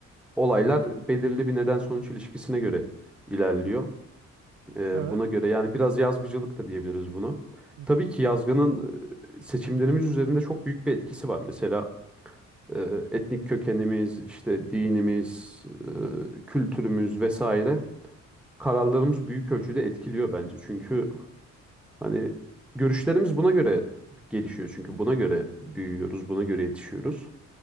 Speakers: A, in the centre; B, on the right.
A: olaylar belirli bir neden sonuç ilişkisine göre ilerliyor. Ee,
B: Evet.
A: buna göre yani biraz yazgıcılık da diyebiliriz bunu.
B: Hı
A: Tabii
B: hı.
A: ki yazgının e, seçimlerimiz üzerinde çok büyük bir etkisi var. Mesela e, etnik kökenimiz, işte dinimiz, e, kültürümüz vesaire kararlarımız büyük ölçüde etkiliyor bence. Çünkü hani görüşlerimiz buna göre gelişiyor. Çünkü buna göre büyüyoruz, buna göre yetişiyoruz.